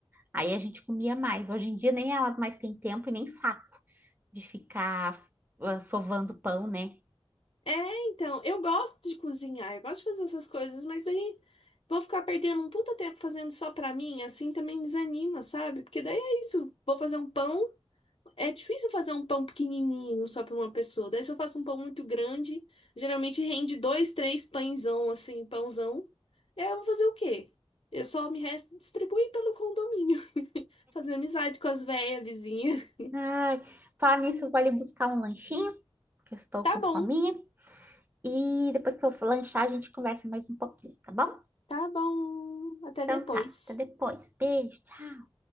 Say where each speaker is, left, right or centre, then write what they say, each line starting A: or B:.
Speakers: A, on the right (about 20°); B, on the left (about 70°).
A: Aí a gente comia mais. Hoje em dia nem ela mais tem tempo e nem saco de ficar ah, sovando pão, né?
B: É, então, eu gosto de cozinhar, eu gosto de fazer essas coisas, mas daí vou ficar perdendo um puta tempo fazendo só pra mim, assim também desanima, sabe? Porque daí é isso, vou fazer um pão. É difícil fazer um pão pequenininho só para uma pessoa. Daí se eu faço um pão muito grande, geralmente rende dois, três pãezão assim, pãozão. E aí eu vou fazer o quê? Eu só me resto distribuir pelo condomínio, <laughs> fazer amizade com as véias vizinhas.
A: Ai, falar nisso, eu vou ali buscar um lanchinho, que eu estou
B: Tá
A: com
B: bom,
A: fome E depois que eu for lanchar, a gente conversa mais um pouquinho, tá bom?
B: tá bom. Até
A: Então
B: depois.
A: tá, até depois. Beijo, tchau.